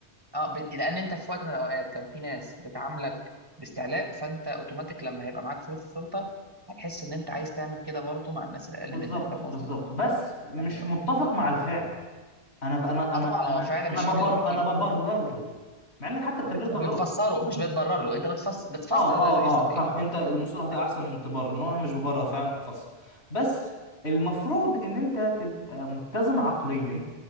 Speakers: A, on the right; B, on the left.
A: اه ب... لان انت في وقت من الاوقات كان في ناس بتعاملك باستعلاء فانت اوتوماتيك لما هيبقى معاك فلوس وسلطه هتحس ان انت عايز تعمل كده برضو مع الناس الاقل
B: بالظبط
A: منك فاهم قصدي؟
B: بالظبط بس مش
A: يعني اه
B: متفق مع الفعل انا ب... انا
A: آه
B: انا
A: طبعا هو
B: انا
A: فعلا
B: انا
A: مش
B: ببر
A: حلو اكيد
B: انا ببرر
A: طبعا
B: له مع ان حتى التبرير
A: ب-
B: ده غلط
A: بتفسره مش بتبرر له انت بتفسر بتفسر
B: اه اه
A: ده بيحصل
B: اه صح
A: ليه؟
B: انت المصطلح ده
A: بت-
B: احسن من تبرر لان هو مش ببرر فعلا
A: اه
B: أنا بفسر بس المفروض ان انت تبقى متزن عقليا